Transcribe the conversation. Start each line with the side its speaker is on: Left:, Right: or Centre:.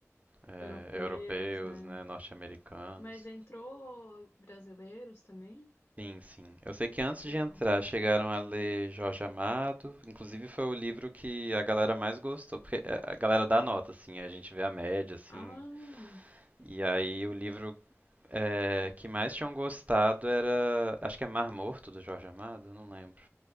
Right: eh,
Left: Europeus,
Right: europeus,
Left: né?
Right: né, norte-americanos.
Left: Mas entrou brasileiros também?
Right: Sim, sim. Eu sei que antes
Left: Legal.
Right: de entrar chegaram a ler Jorge Amado, inclusive foi o livro que a galera mais gostou, porque eh, a galera dá nota, assim, a gente vê a média, assim,
Left: Ah,
Right: e aí o livro é, que mais tinham gostado era. Acho que é Mar Morto do Jorge Amado, eu não lembro.